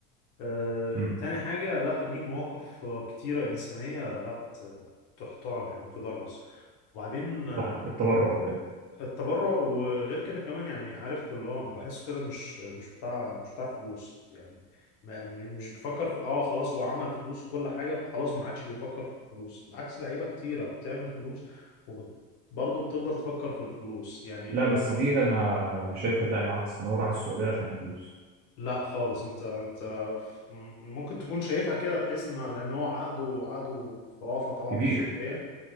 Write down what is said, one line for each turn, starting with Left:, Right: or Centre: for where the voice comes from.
Left: آه،
Right: امم
Left: تاني حاجة لا ليه مواقف آه، كتيرة إنسانية لا ت- تحترم يعني تدرس وبعدين آه،
Right: صح التبرع وكده
Left: التبرع وغير كده كمان يعني عارف اللي هو بحسه كده مش مش بتاع مش بتاع فلوس يعني ما م- مش بفكر في اه خلاص هو عمل فلوس وكل حاجة فخلاص ما عادش بيفكر في الفلوس بعكس لعيبة كتيرة بتعمل فلوس وبرضه بتفضل تفكر في الفلوس يعني
Right: لا
Left: انا
Right: بس دي انا انا شايف لا العكس ان هو راح السعودية عشان الفلوس
Left: لا خالص انت انت ف- ممكن تكون شايفها كده بحيث ان لان هو عقده عقده خرافه طبعا
Right: كبير
Left: في السعوديه